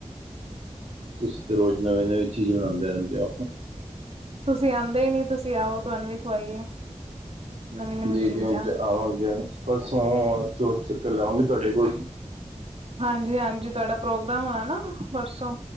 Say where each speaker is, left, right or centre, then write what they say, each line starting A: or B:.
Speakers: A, on the right; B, on the right.
A: ਤੁਸੀਂ ਤਾਂ ਰੋਜ਼ ਨਵੀਂ-ਨਵੀਂ ਚੀਜ਼ ਬਣਾਉਂਦੇ ਰਹਿੰਦੇ ਹੋ।
B: ਤੁਸੀਂ ਆਉਂਦੇ ਹੀ ਨੀ ਤੁਸੀਂ ਆਓ ਤੁਹਾਨੂੰ ਵੀ ਖਵਾਈਏ। ਨਵੀਂ ਨਵੀਂ
A: ਜੀ-ਜੀ
B: ਚੀਜ਼ਾਂ
A: ਆਵਾਂਗੇ। ਪਰਸੋਂ ਆਵਾ ਚੋ-ਚੱਕਰ ਲਾਵਾਂਗੇ ਤੁਹਾਡੇ ਕੋਲ।
B: ਹਾਂਜੀ-ਹਾਂਜੀ ਤੁਹਾਡਾ ਪ੍ਰੋਗਰਾਮ ਹੋਣਾ ਨਾ ਪਰਸੋਂ